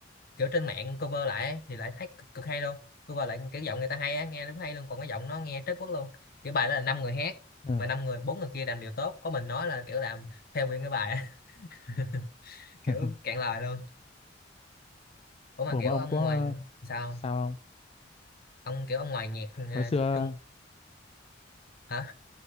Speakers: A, on the left; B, on the left.
A: kiểu trên mạng cover lại ấy, thì lại thấy cực, cực hay luôn cover lại kiểu giọng người ta hay á nghe đúng hay luôn còn cái giọng nó nghe trớt quốc luôn kiểu bài đó là năm người hát
B: ừ.
A: mà năm người bốn người kia làm điều tốt có mình nói là kiểu làm fail nguyên cái bài á. <laughs> kiểu
B: <laughs>
A: cạn lời luôn ủa mà
B: ủa
A: kiểu
B: mà ông
A: ông
B: có
A: ngoài sao
B: sao không
A: ông kiểu ông ngoài nhạc à,
B: hồi xưa
A: trung hả